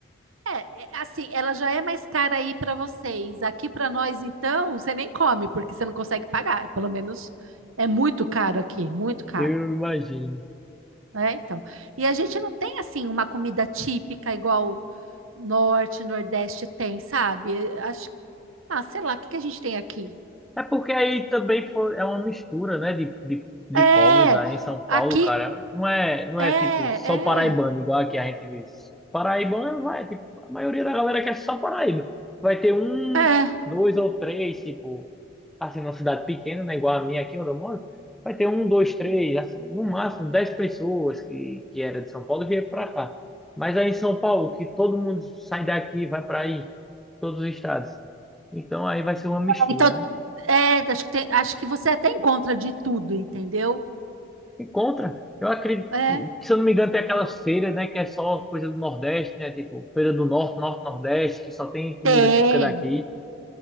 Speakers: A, on the right; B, in the centre.
A: É, é, assim, ela já é mais cara aí para vocês. Aqui para nós, então, você nem come, porque você não consegue pagar. Pelo menos é muito caro aqui, muito caro.
B: Eu imagino.
A: É, então. E a gente não tem assim uma comida típica igual norte, nordeste tem, sabe? Acho, que. ah, sei lá, o que que a gente tem aqui?
B: É porque aí também foi, é uma mistura, né, de, de, de
A: É,
B: povos aí em São Paulo,
A: aqui
B: cara. Não é, não
A: é,
B: é tipo só
A: é,
B: paraibano, igual aqui a gente vê. Paraibano vai, tipo, a maioria da galera quer só Paraíba. Vai ter um,
A: é.
B: dois ou três, tipo, assim, numa cidade pequena, né, igual a minha aqui onde eu moro, vai ter um, dois, três, assim, no máximo dez pessoas que, que era de São Paulo e veio pra cá. Mas aí em São Paulo, que todo mundo sai daqui, vai pra aí, todos os estados. Então aí vai ser uma mistura,
A: Então,
B: né?
A: é, acho que tem- acho que você até encontra de tudo, entendeu?
B: Encontra. Eu acredito,
A: É.
B: se eu não me engano, tem aquelas feiras, né, que é só coisa do Nordeste, né, tipo feira do Norte, Norte, Nordeste, que só tem comida
A: Tem,
B: típica daqui.